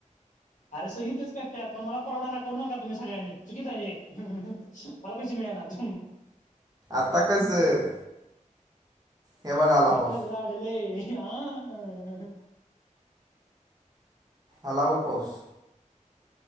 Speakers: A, on the left (about 70°); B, on the right (about 30°).
A: अर सगळी तेच करत्यात पण मला परवडना करू नका तुम्ही सगळ्यांनी चुकीच आहे हे. ह मला पैसे मिळणात.
B: आता कसं हे बघ आला
A: मेिकल
B: पाऊस
A: लाडलय हं
B: आला बघ पाऊस.